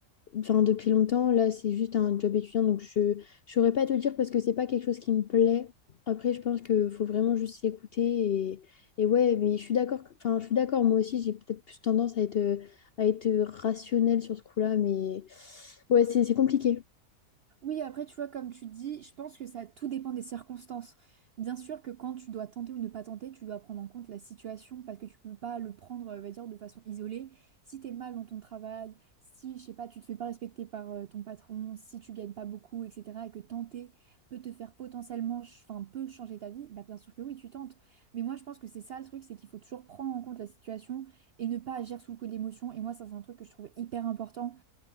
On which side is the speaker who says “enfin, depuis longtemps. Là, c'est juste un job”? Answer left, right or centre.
Left